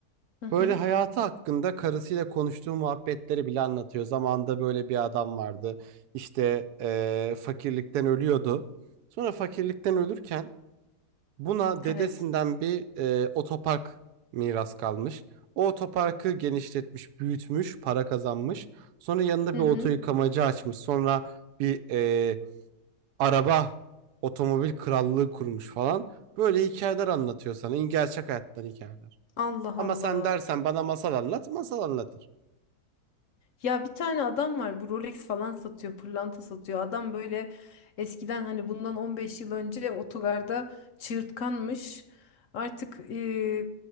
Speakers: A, on the left (about 65°); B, on the right (about 85°).
A: Hı hı.
B: Böyle hayatı hakkında karısıyla konuştuğu muhabbetleri bile anlatıyor. Zamanında böyle bir adam vardı. İşte eee, fakirlikten ölüyordu. Sonra fakirlikten ölürken buna dedesinden
A: Evet.
B: bir eee, otopark miras kalmış. O otoparkı genişletmiş, büyütmüş, para kazanmış. Sonra yanında
A: Hı
B: bir
A: hı.
B: oto yıkamacı açmış. Sonra bir eee, araba, otomobil krallığı kurmuş falan. Böyle hikayeler anlatıyor sana. İn- Gerçek hayattan hikayeler.
A: Allah
B: Ama
A: Allah.
B: sen dersen bana masal anlat, masal anlatır.
A: Ya bir tane adam var bu Rolex falan satıyor, pırlanta satıyor. Adam böyle eskiden hani bundan 15 yıl önce otogarda çığırtkanmış. Artık e,